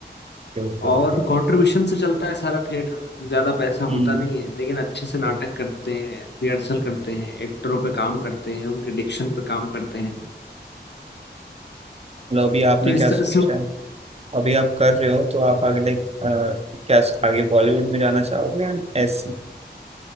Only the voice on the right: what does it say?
ओके ओके ओके
हम्म
मतलब अभी आपने
क्या
सोचा
है अभी आप कर रहे हो तो आप आगे लाइक क्या आगे बॉलीवुड में जाना चाहोगे या ऐसी